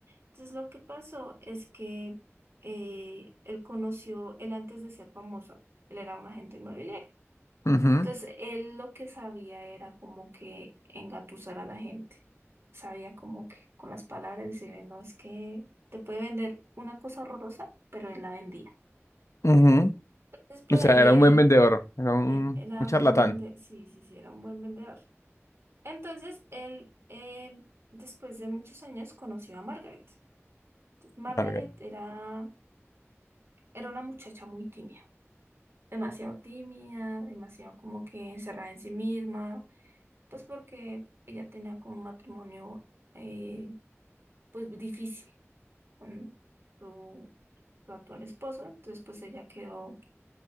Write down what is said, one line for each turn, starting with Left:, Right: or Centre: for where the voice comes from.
Right: Entonces, lo que pasó es que eh, él conoció, él antes de ser famoso, él era un agente inmobiliario.
Left: Ujú,
Right: Entonces, él lo que sabía era como que engatusar a la gente. Sabía como que con las palabras decirle, no, es que te puede vender una cosa horrorosa, pero él la vendía.
Left: ujú.
Right: Entonces, por
Left: O sea,
Right: ahí,
Left: era un buen vendedor, era un,
Right: él era
Left: un charlatán.
Right: buen vendedor, sí, sí, sí, era un buen vendedor. Entonces, él, eh, después de muchos años, conoció a Margaret. Entonces, Margaret
Left: Marga.
Right: era, era una muchacha muy tímida, demasiado tímida, demasiado como que encerrada en sí misma pues porque ella tenía como un matrimonio eh, pues difícil con su, su actual esposo, entonces pues ella quedó,